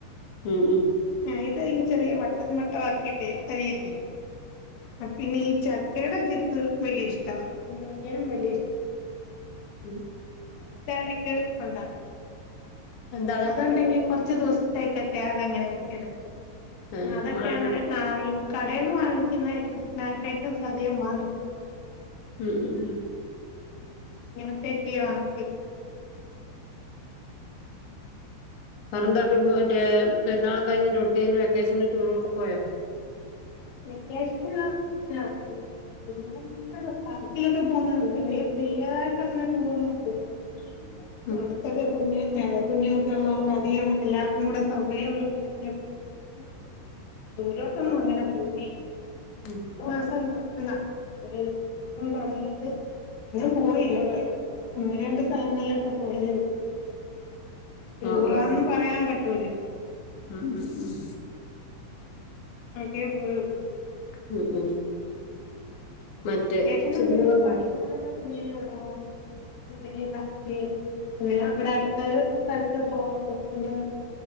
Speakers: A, on the left (about 55°); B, on the left (about 85°).
A: ഉം ഉം
B: ആഹ് ഇത് ചെറിയ വട്ടം വട്ടാക്കിയിട്ട് അരിയത്തി ആഹ് പിന്നെ ഈ ചക്കയുടെ ചിപ്സ് വല്യ ഇഷ്ടാ കുഞ്ഞേലും വല്യ ഇഷ്ടാ
A: ഉം
B: അതെടെക്ക്ടക്ക് ഉണ്ടാക്കും.
A: എന്താണ്
B: അതുണ്ടെങ്കിൽ കൊറച്ച് ദിവസ് കെ കെട്ടയതെ ങ്ങനെ വെച്ചെടുക്കും
A: ഏ
B: അതൊക്കെയാണ്
A: നിങ്ങളൊക്കെ
B: ആഹ് ഈ കടേന്ന് വാങ്ങിക്കുന്ന സ്നാക്ക് ഐറ്റംസ് അധികം വാങ്ങിക്കുന്നു
A: ഉം ഉം ഉം
B: നിമി ത്തേറ്റീവാ തി
A: പറൻ <unintelligible> മറ്റേ പെരു ന്നാളൊക്കെ കഴിഞ്ഞ് ഒട്ക്കേലും വെക്കേഷൻ ടൂറൊക്കെ പോയോ
B: വെക്കേഷനിലാ <unintelligible> <inaudible> <unintelligible> പാർക്കിലൊക്കെ പോകുന്നു. ചെറിയ വല്യായിട്ടങ്ങനെ ടൂറൊന്നും പോയി
A: <inaudible>
B: അടുത്തൊക്കെ കുഞ്ഞ് ഇളയകുഞ്ഞൊക്കെ ഉള്ളതോണ്ട് അധികം എല്ലാർക്കും കൂടെ സൗകര്യം ഉള്ളടത്തൊക്കെ
A: <inaudible>
B: ദൂരോട്ടൊന്നും അങ്ങനെ പോയി
A: ഉം
B: ഒരു മാസം <unintelligible> യുദ്ധം തുടങ്ങിട്ട് എങ്ങും പോയില്ല ഒന്ന് രണ്ട് സ്ഥലങ്ങളിലൊക്കെ പോയതേ ടൂറാന്ന്
A: ഓ ഓ ഓ
B: പറയാൻ പറ്റൂല
A: ഉം ഉം ഉം
B: ആകെ പോയുള്ളൂ
A: ഹു ഉം മറ്റേ
B: വെക്കേഷൻ
A: സിൻമകൾക്കും
B: <unintelligible> അതി ലെ ഇവടെ അടുത്ത സ്ഥൽത്ത് പോ <unintelligible> ണ്ട്